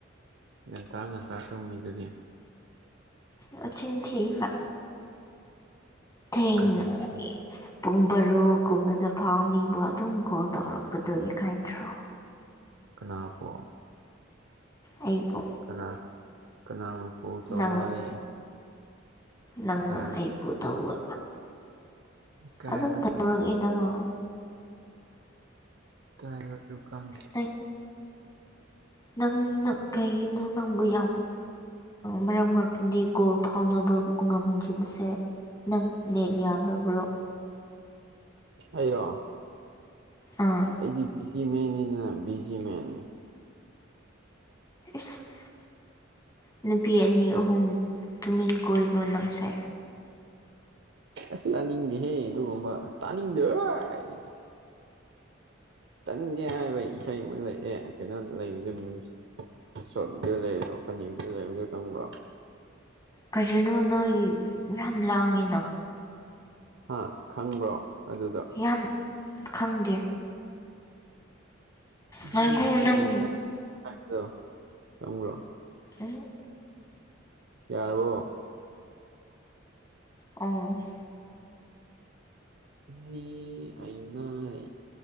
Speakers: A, on the right (about 65°); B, on the left (about 20°).
A: ꯉꯟꯇ ꯉꯟꯇꯥ ꯇꯨꯝꯃꯤꯗꯨꯗꯤ
B: ꯅꯆꯤꯟ ꯊꯤꯕ ꯊꯦꯡꯅ
A: ꯀꯔꯤ
B: ꯑꯩ
A: ꯁꯤꯟꯒꯦ
B: ꯄꯨꯡ ꯕꯥꯔꯣ ꯀꯨꯝꯕꯗ ꯐꯥꯎ ꯃꯤꯕꯨ ꯑꯗꯨꯝ ꯀꯣꯜ ꯇꯧꯔꯛꯄꯗꯨ ꯏꯀꯥꯏꯗꯔꯣ
A: ꯀꯅꯥꯄꯣ
B: ꯑꯩꯕꯣ
A: ꯀꯅꯥ ꯀꯅꯥꯕꯨ ꯀꯣꯜ ꯇꯧꯕ
B: ꯅꯪ
A: ꯍꯥꯏ
B: ꯅꯪꯅ
A: ꯍꯥꯏꯗ
B: ꯑꯩꯕꯨ ꯇꯧꯕ
A: ꯀꯥꯏꯕꯁꯨ
B: ꯑꯗꯨꯝ ꯇꯧꯔꯛꯏꯗꯔꯣ
A: ꯈꯪꯗꯦ ꯏꯀꯥꯏꯕꯁꯨ ꯈꯪ
B: ꯅꯪ ꯅꯪ ꯅꯪ ꯀꯩꯒꯤꯅꯣ ꯅꯪꯕꯨ ꯌꯥꯝ ꯃꯔꯛ ꯃꯔꯛꯇꯗꯤ ꯀꯣꯜ ꯐꯥꯎꯅꯕ ꯉꯝꯗ꯭ꯔꯤꯕꯁꯦ ꯅꯪ ꯅꯦꯠ ꯌꯥꯗꯕ꯭ꯔꯣ
A: ꯑꯩꯔꯣ
B: ꯑꯥ
A: ꯑꯩꯗꯤ ꯕꯤꯖꯤ ꯃꯦꯟꯅꯤꯗꯅ ꯕꯤꯖꯤꯃꯦꯟ
B: ꯏꯁꯁ ꯅꯨꯄꯤ ꯑꯅꯤ ꯑꯍꯨꯝ ꯇꯨꯃꯤꯟ ꯀꯣꯏꯕ꯭ꯔꯣ ꯅꯪꯁꯦ
A: ꯑꯁ ꯇꯥꯅꯤꯡꯗꯦꯍꯦ ꯑꯗꯨꯒꯨꯝꯕ ꯇꯥꯅꯤꯡꯗꯦ ꯍꯣꯏ ꯇꯟꯒꯦ ꯍꯥꯏꯕ ꯏꯁꯩ ꯑꯃ ꯂꯩꯑꯦ ꯀꯩꯅꯣ ꯂꯩꯕꯗ ꯃꯨꯝꯁꯤ ꯁꯣ ꯚꯤꯗꯤꯑꯣ ꯂꯩꯕ꯭ꯔꯣ ꯐꯅꯤ ꯚꯤꯗꯤꯑꯣ ꯂꯩꯕꯗꯣ ꯈꯪꯕ꯭ꯔꯣ
B: ꯀꯔꯤꯅꯣ ꯅꯣꯏ ꯌꯥꯝ ꯂꯥꯡꯉꯤꯅ
A: ꯍꯥ ꯈꯪꯕ꯭ꯔꯣ ꯑꯗꯨꯗꯣ
B: ꯌꯥꯝ ꯈꯪꯗꯦ
A: ꯏꯅꯦ
B: ꯉꯥꯒꯨ ꯅꯪ
A: ꯑꯩꯅꯗꯣ <unintelligible> ꯈꯪꯕ꯭ꯔꯣ
B: ꯎꯝ
A: ꯌꯥꯔꯕꯣ
B: ꯑꯝ
A: ꯏꯅꯦ ꯑꯩ ꯅꯥꯥꯔꯦ